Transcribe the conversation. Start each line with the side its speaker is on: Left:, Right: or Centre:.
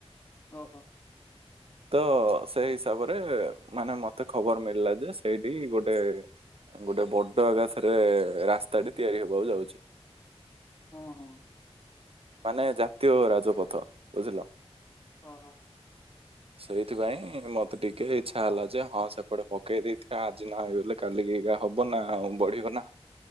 Left: ଓହୋ
Right: ତ ସେଇ ହିସାବରେ ମାନେ ମତେ ଖବର ମିଳିଲା ଯେ ସେଇଠି ଗୋଟେ ଗୋଟେ ବଡ ଏକାଥରେ ରାସ୍ତାଟି ତିଆରି ହେବାକୁ ଯାଉଛି
Left: ହଁ ହଁ
Right: ମାନେ ଜାତୀୟ ରାଜପଥ ବୁଝିଲ
Left: ଓ ହୋ
Right: ସେଇଥିପାଇଁ ମତେ ଟିକେ ଇଚ୍ଛା ହେଲା ଯେ ହଁ ସେପଟେ ପକେଇ ଦେଇଥିବା ଆଜି ନ ହେଲେ କାଲିକି ହବ ନା ଆଉ ବଢିବ ନା